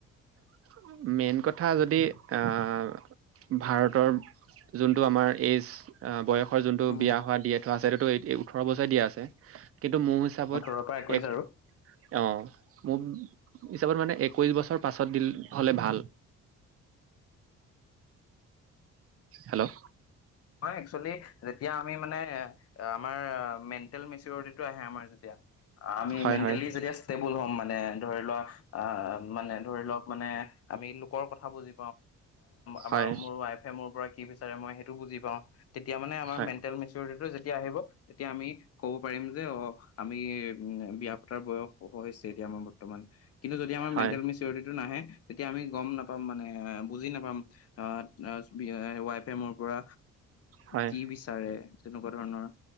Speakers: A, on the right; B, on the left.
A: <unintelligible> যদি আহ ভাৰতৰ যোনটো আমাৰ এইজ বয়স যোনটো
B: উম
A: বিয়া হোৱা বয়ক দিয়ে থোৱা আছেটো ওঠৰ বছৰে দিয়া আছে কিন্তু মোৰ হিচাপট
B: ওঠৰৰ পৰা একৈশ
A: এক
B: আৰু
A: অ মোক হিচাপত মানে একৈশ বছৰ পাছত দিলে হ'লে ভাল হেল্ল'
B: হয় একচেলি যেতিয়া আমি মানে আমাৰ <unintelligible>
A: হয় হয়
B: বুল হ'ম মানে ধৰি লোৱা আ মানে ধৰি লওক মানে আমি লোকৰ কথা বুজি আমাৰ
A: হয়
B: মোৰ ৱাইফে মোৰ পৰা কি বিচাৰে মই সেইটো বুজি তেতিয়া মানে আমাৰ
A: হয়
B: মেণ্টেল মেচৰিটো যেতিয়া আহিব তেতিয়া আমি ক'ব পাৰিম যে অ আমি উম বিয়া পতাৰ বয়স হৈছে এতিয়া আমাৰ বৰ্তমান কিন্তু যদি আমাৰ
A: হয়
B: মেণ্টেল মেচিৰিটিটো নাহে তেতিয়া আমি গম নাপাম মানে বুজি নাপাম আহ তাৰ ৱাইফে মোৰ পৰা
A: হয়
B: কি বিচাৰে তেনেকুৱা ধৰণৰ